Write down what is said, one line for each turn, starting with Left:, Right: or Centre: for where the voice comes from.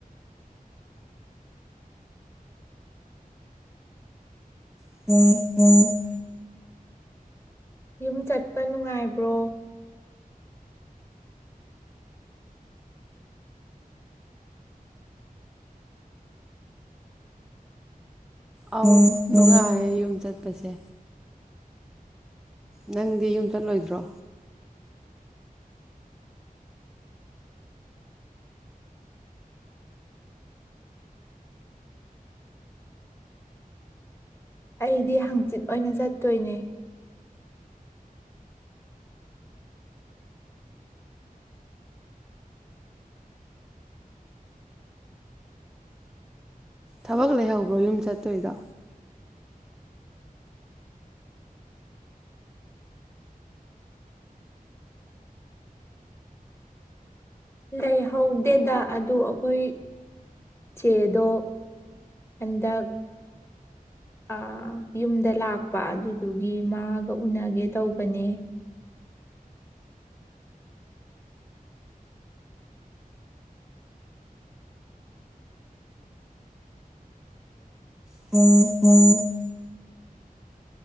Centre: <inaudible>
Left: ꯌꯨꯝ ꯆꯠꯄ ꯅꯨꯡꯉꯥꯏꯕ꯭ꯔꯣ
Centre: ꯑ ꯅꯨꯡꯉꯥꯏꯌꯦꯦ ꯌꯨꯝ ꯆꯠꯄꯁꯦ꯫ ꯅꯪꯗꯤ ꯌꯨꯝ ꯆꯠꯂꯣꯏꯗ꯭ꯔꯣ?
Left: ꯑꯩꯗꯤ ꯍꯥꯡꯆꯤꯠ ꯑꯣꯏꯅ ꯆꯠꯇꯣꯏꯅꯦ꯫
Centre: ꯊꯕꯛ ꯂꯩꯍꯧꯕ꯭ꯔꯣ ꯌꯨꯝ ꯆꯠꯇꯣꯏꯗꯣ
Left: ꯂꯩꯍꯧꯗꯦꯗ ꯑꯗꯨ ꯑꯩꯈꯣꯏ ꯆꯦꯗꯣ ꯍꯟꯗꯛ ꯑ ꯌꯨꯝꯗ ꯂꯥꯛꯄ ꯑꯗꯨꯗꯨꯒꯤ ꯃꯥꯒ ꯎꯅꯒꯦ ꯇꯧꯕꯅꯦ꯫
Centre: <inaudible>